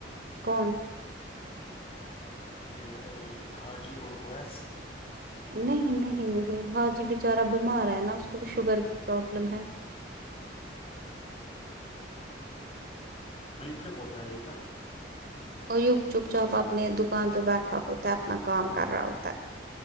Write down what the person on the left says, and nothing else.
یہ ہے نا یہ حاجی اور اویس-
ا رب کیا بولتا ہے رب کا